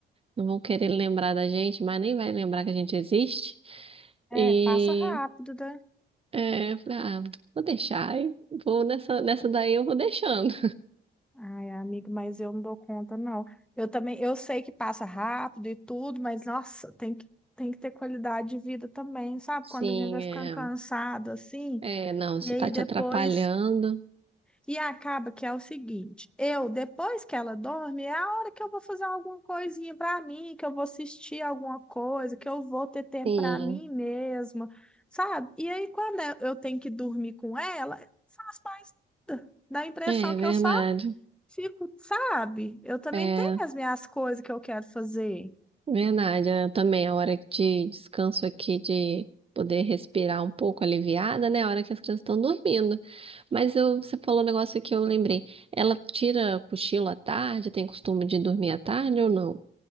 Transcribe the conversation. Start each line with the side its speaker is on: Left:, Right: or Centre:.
Right: Não vão querer lembrar da gente, mas nem vai lembrar que a gente existe.
Centre: É,
Right: E
Centre: passa rápido, né?
Right: é, eu falei, ah, vou deixar, e vou nessa, nessa daí eu vou deixando.
Centre: Ai, amigo, mas eu não dou conta, não. Eu também, eu sei que passa rápido e tudo, mas nossa, tem que, tem que ter qualidade de vida também, sabe?
Right: Sim,
Centre: Quando a gente vai ficando
Right: é,
Centre: cansado assim,
Right: é, não,
Centre: e
Right: se
Centre: aí
Right: tá
Centre: depois.
Right: te atrapalhando,
Centre: E acaba que é o seguinte: eu, depois que ela dorme, é a hora que eu vou fazer alguma coisinha pra mim, que eu vou assistir alguma coisa, que eu vou ter tempo
Right: sim,
Centre: pra mim mesma, sabe? E aí, quando eu eu tenho que dormir com ela, faz mais, dá a impressão
Right: é
Centre: que
Right: verdade,
Centre: eu só Fico, sabe? Eu também
Right: é
Centre: tenho as minhas coisas que eu quero fazer.
Right: verdade. É, também a hora de descanso aqui, de poder respirar um pouco aliviada, né? A hora que as crianças estão dormindo. Mas eu, você falou um negócio que eu lembrei. Ela tira cochilo à tarde, tem costume de dormir à tarde ou não?